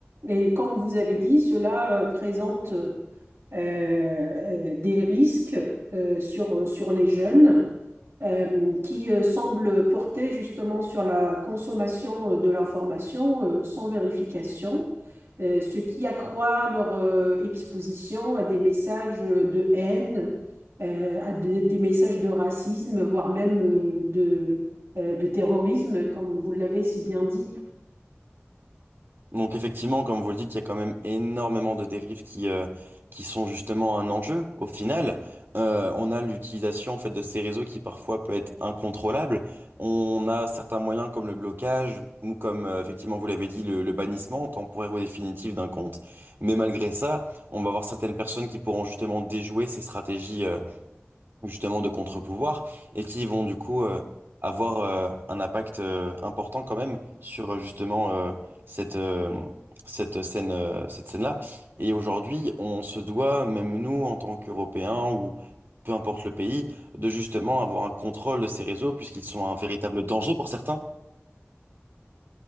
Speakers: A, on the right; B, on the right.
A: Et comme vous avez dit, cela euh, présente euh, euh, des risques euh, sur, sur les jeunes euh, qui euh, semblent porter justement sur la consommation euh, de l'information euh, sans vérification, euh, ce qui accroît leur euh, exposition à des messages de haine, euh, à des, des messages de racisme, voire même euh, de, euh, de terrorisme, comme vous l'avez si bien dit.
B: Donc effectivement, comme vous le dites, il y a quand même énormément de dérives qui, euh, qui sont justement un enjeu. Au final, euh, on a l'utilisation en fait, de ces réseaux qui parfois peut être incontrôlable. On a certains moyens comme le blocage ou comme, euh, effectivement, vous l'avez dit, le, le bannissement temporaire ou définitif d'un compte. Mais malgré ça, on va avoir certaines personnes qui pourront justement déjouer ces stratégies, euh, justement de contre-pouvoir et qui vont du coup euh, avoir euh, un impact euh, important quand même sur euh, justement euh, cette, euh, cette scène, euh, cette scène-là. Et aujourd'hui, on se doit, même nous en tant qu'Européens ou peu importe le pays, de justement avoir un contrôle de ces réseaux puisqu'ils sont un véritable danger pour certains.